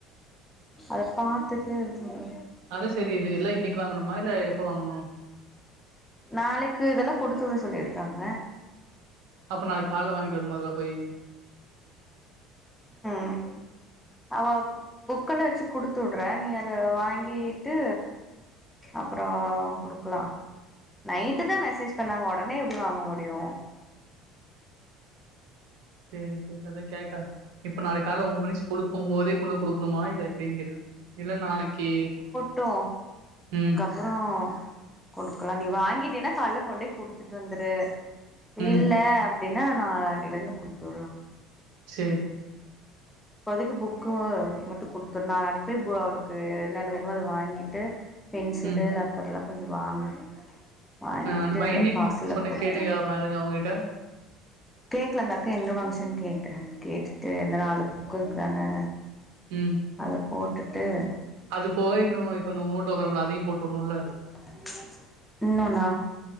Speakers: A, in the centre; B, on the right.
A: அத பாத்துட்டு சொல்லு
B: அத செரி இது எல்லா இன்னைக்கு வாங்கணுமா இல்ல எப்ப வாங்குணு
A: நாளைக்கு இதெல்லா குடுத்துட சொல்லிருக்காங்க
B: அப்ப நாளைக்கு கால்ல வாங்கிட்டு வர்ணுமா இதெல்லா போயி
A: ம் அவ புக்கெல்ல வெச்சு குடுத்துட்றே நீ அத வாங்கீட்டு அப்றோ குடுக்கலா நைட்டு தா மெசேஜ் பண்ணாங்க ஒடனே எப்டி வாங்க முடியு
B: சேரி சேரி அதா கேக்கறே இப்ப நாளைக்கு கால ஓம்போது மணி ஸ்கூலுக்கு போம் போது கொண்டு போய் குடுக்கணுமா இல்ல எப்டின் கேட்டே இல்ல நாளைக்கி
A: ட்டோ
B: ம்
A: அப்றோ குடுக்கலா நீ வாங்கிட்டினா கால்ல கொண்டேய் குடுத்துட்டு வந்துரு
B: ம்.
A: இல்ல அப்டின்னா நாளனைலிருந்து குடுத்துடலா
B: சேரி
A: இப்போதைக்கு புக்கு மட்டு குடுத்துரு நாளன்னைக் போய் அவுளுக்கு என்னென்ன வேணமோ அத வாங்கிட்டு பென்சிலு
B: ம்.
A: லப்பர்ல்லா கொஞ்ச வாங்கு வாங்கிட்டு
B: அ அந்த பைண்டிங்
A: பாக்ஸ்ல
B: சொன்ன
A: போட்டு
B: கேட்டயா மேடங்க அவுங்ககிட்ட
A: கேக்கல அந்த அக்கா எங்க வாங்குச்சு கேக்குறே கேட்டுட்டு எந்த நாலு புக்கு இருக்குதானு
B: ம்
A: அத போட்டுட்டு
B: அது போக இன்னு இப்ப நம்ம நோட்டு வாங்கறோம்ல அதையு போட்டுணுல்ல
A: ர <inaudible> இன்னொன்னா